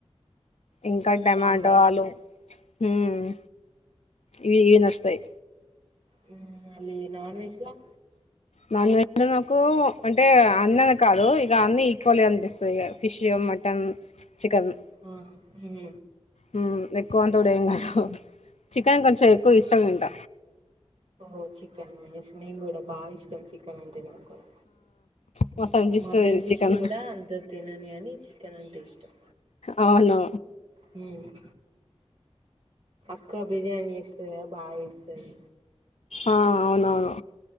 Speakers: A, on the left; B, on the right.
A: ఇంకా టమాటో
B: సాంబార్
A: ఆలు
B: ఇంకా
A: హ్మ్ ఇవి నచ్చుతాయి
B: హ్మ్ మళ్ళీ నాన్ వెజ్ ల
A: నాన్ వెజ్ లో నాకు అంటే అన్నీవే కాదు ఇక అన్ని ఈక్వలే అనిపిస్తయి ఇగా ఫిష్ మ టన్ చికన్
B: ఆ హ్మ్
A: హ్మ్ ఎక్కువ అంత కూడా ఏం కాదు చికెన్ కొంచెం ఎక్కువ ఇష్టంగా తింట
B: ఓ చికెన్ ఎస్ నేను కూడా బాగా ఇష్టం చికెన్ అంటే నాకు కూడా
A: ఆ మస్త్ అనిపిస్తది
B: మటన్ ఫిష్
A: చికెన్
B: కూడా అంత తినను కని చికెన్ అంటే ఇష్టం.
A: అవును
B: ఉమ్ ఎక్కువ బిర్యానీ చేస్తది కదా బాగా ఈస్తది
A: ఆ అవునవును